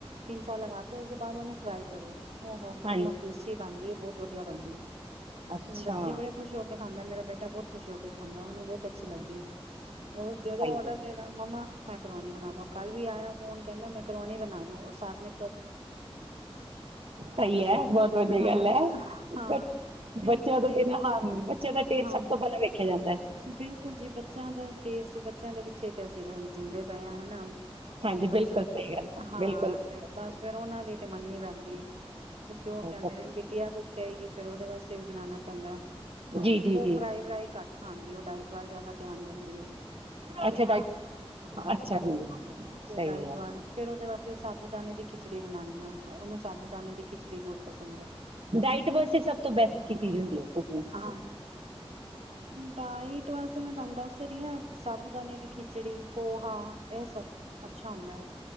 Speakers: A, on the right (about 80°); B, on the right (about 60°).
A: ਸਿੰਚਾ ਲਗਾ ਕੇ ਉਸਦੇ ਬਾਦ ਉਹਨੂੰ ਫਰਾਈ ਕਰੋ। ਓ ਹੋ
B: ਹਾਂਜੀ
A: ਕਿੰਨਾ ਟੇਸਟੀ ਬਨ ਦੀ ਬੋਤ ਵਧੀਆ ਬਨਦੀ ਏ। ਹੁੰ,
B: ਅੱਛਾ
A: ਬੱਚੇ ਬੜੇ ਖੁਸ਼ ਹੋ ਕੇ ਖਾਂਦੇ, ਮੇਰਾ ਬੇਟਾ ਬੋਤ ਖੁਸ਼ ਕੇ ਖਾਂਦਾ ਉਹਨੂੰ ਬੋਤ ਅਛ ਲੱਗਦੀ ਏ। ਉਹ ਜਦੋਂ
B: ਸਹੀ
A: ਔਡਰ
B: ਹੈ
A: ਦੇਗਾ ਮੰਮਾ ਮੇਕਰੋਨੀ ਬਨਾਦੋ। ਕੱਲ ਵੀ ਆਇਆ ਫੋਨ ਦਾ ਮੇਕਰੋਨੀ ਬਨਾ ਦੋ ਔਰ ਸਾਥ ਮੇ
B: ਸਹੀ ਏ। ਬੋਤ ਵਧੀਆ
A: ਹਾਂ
B: ਗੱਲ ਏ।
A: ਹਾਂ
B: ਬਚ
A: ਫਿਰ
B: ਬੱਚਿਆਂ
A: ਕਦੇ
B: ਤੋਂ ਬਿਨਾਂ ਹਨ ਬੱਚਿਆਂ ਦਾ ਟੇਸਟ
A: ਹਾਂ
B: ਸਭ ਤੋਂ ਪਹਿਲਾਂ ਵੇਖਿਆ ਜਾਂਦਾ ਐ।
A: ਬਿਲਕੁਲ ਜੀ ਬੱਚਿਆਂ ਦਾ ਟੇਸਟ, ਬੱਚਿਆਂ ਦੇ ਪਿੱਛੇ ਤੇ ਅਸੀਂ ਜਿੰਦੇ ਪਏ ਆਂ ਹੇਨਾ।
B: ਹਾਂਜੀ
A: ਬੱਚਿਆਂ
B: ਬਿਲਕੁਲ ਸਹੀ ਗੱਲ ਹੈ
A: ਹਾਂ
B: ਬਿਲਕੁਲ ਬਿਲਕੁਲ
A: ਤੇ ਬਸ ਫੇਰ ਉਹਨਾਂ ਦੀ ਤੇ ਮੰਨੀਨੀ ਪੈਂਦ <unintelligible> ਜੋ ਉਹ ਕਹਿੰਦੇ
B: ਅੱਛਾ
A: ਨੇ। ਬਿਟੀਆ ਕੁਝ ਕਹੇਗੀ ਫੇਰ ਉਹਦੇ ਵਾਸਤੇ ਵੀ ਬਨਾਨਾ ਪੈਂਦਾਏ।
B: ਜੀ ਜੀ
A: ਉਹ
B: ਜੀ
A: ਫਰਾਈ ਵਰਾਈ ਕੱਟ ਖਾਂਦੀ। ਉਹ ਡਾਇਟ ਵੱਲ ਜ਼ਿਆਦਾ ਧਿਆਨ ਦਿੰਦੀ ਏ।
B: ਅੱਛਾ
A: ਤੇ
B: ਡਾਇਟ
A: ਹ
B: ਅੱਛਾ ਜੀ
A: ਤੇ
B: ਸਹੀ
A: ਉਹ ਡਾਇਟ
B: ਹੈ
A: ਵੱਲ ਫੇਰ ਉਹਦੇ ਵਾਸਤੇ ਸ ਦਾਨੇ ਦੀ ਖਿਚੜੀ ਬਨਾਮੀ ਉਹਨੂੰ ਸਾਬੂ ਦਾਨੇ ਦੀ ਖਿਚੜੀ ਬਹੁਤ ਪਸੰਦ ਹੈ
B: ਡਾਇਟ ਵਾਸਤੇ ਸਭ ਤੋਂ ਬੈਸਟ ਕੀ ਚੀਜ਼ ਹੁੰਦੀ ਹੈ ਕੁਕਿੰਗ
A: ਹਾਂ ਡਾਇਟ ਵਾਸਤੇ ਮੈਂ ਤੁਹਾਨੂੰ ਦੱਸ ਰਹੀ, ਹਾਂ ਸਾਬੂਦਾਨੇ ਦੀ ਖਿਚੜੀ ਪੋਹਾ ਇਹ ਸਭ ਅੱਛਾ ਹੁੰਦਾ ਹੈ।